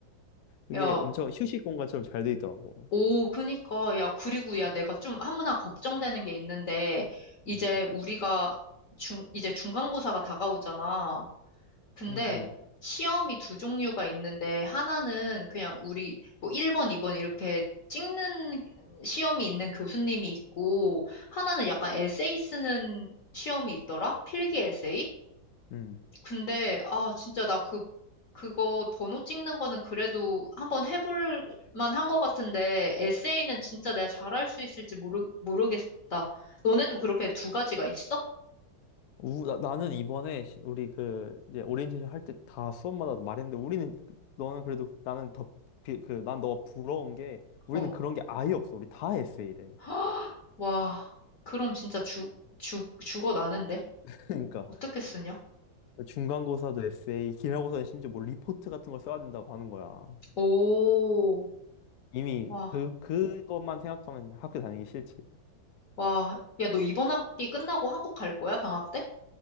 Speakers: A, on the left; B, on the left.
A: 이게
B: 야,
A: 엄청 휴식 공간처럼 잘 돼 있더라고.
B: 오, 그니까. 야, 그리고 야, 내가 좀 하나 걱정되는 게 있는데, 이제
A: 음.
B: 우리가 중, 이제 중간고사가 다가오잖아. 근데
A: 음, 음,
B: 시험이 두 종류가 있는데, 하나는 그냥 우리 뭐 1번, 2번 이렇게 찍는 시험이 있는 교수님이 있고, 하나는 약간 에세이 쓰는 시험이 있더라? 필기 에세이?
A: 음.
B: 근데, 아, 진짜 나 그, 그거 번호 찍는 거는 그래도 한번 해볼 만한 것 같은데, 에세이는 진짜 내가 잘할 수 있을지 모르, 모르겠다. 너네도 그렇게 두 가지가 있어?
A: 우, 나, 나는 이번에 시- 우리 그 이제 오리엔테이션 할 때 다 수업마다 말했는데 우리는 그- 너는 그래도 나는 더 그 난 너가 부러운 게 우리는
B: 어.
A: 그런 게 아예 없어. 우리 다 에세이래.
B: <gasps> 와, 그럼 진짜 죽, 죽, 죽어 나는데?
A: <laughs> 그러니까
B: 어, 어떻게 쓰냐?
A: 중간고사도 에세이, 기말고사는 심지어 뭐 리포트 같은 걸 써야 된다고 하는 거야.
B: 오,
A: 이미
B: 와,
A: 그 그것만 생각하면 학교 다니기 싫지.
B: 와. 야, 너 이번 학기 끝나고 한국 갈 거야? 방학 때?